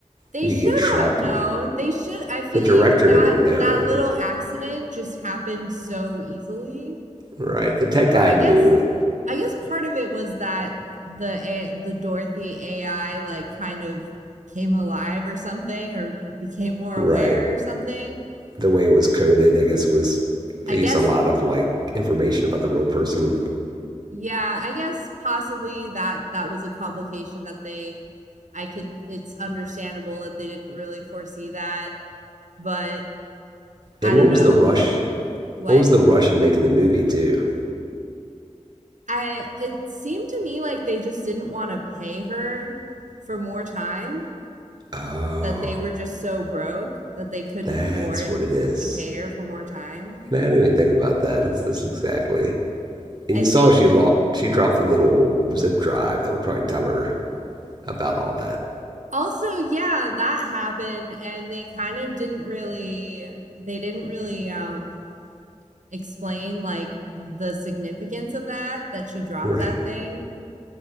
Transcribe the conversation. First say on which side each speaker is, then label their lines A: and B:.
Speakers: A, on the right; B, on the right.
A: They
B: you
A: should
B: could get trapped
A: have known.
B: in
A: They should. I feel
B: the director
A: like that
B: didn't know.
A: that little accident just happened so easily.
B: Right. The tech guy
A: Or I guess,
B: knew.
A: I guess part of it was that the A- the Dorothy AI like kind of came alive or something, or became more
B: Right.
A: aware or something.
B: the way it was coded. I guess it was they
A: I guess.
B: used a lot of like information about the real person.
A: Yeah, I guess possibly that that was a complication that they. I could. It's understandable that they didn't really foresee that, but I
B: And
A: don't
B: what was
A: know.
B: the rush?
A: I what?
B: What was the rush in making the movie too?
A: I it seemed to me like they just didn't want to pay her for more time,
B: Oh,
A: that they were just so broke that they couldn't
B: that's
A: afford
B: what it is.
A: to pay her for more time.
B: Man, I didn't even think about that. It's this exactly. And
A: I
B: you
A: think
B: saw she lo- she dropped the little zip drive that would probably tell her about all that.
A: also, yeah, that happened and they kind of didn't really they didn't really um explain like the significance of that that she dropped
B: Right,
A: that thing.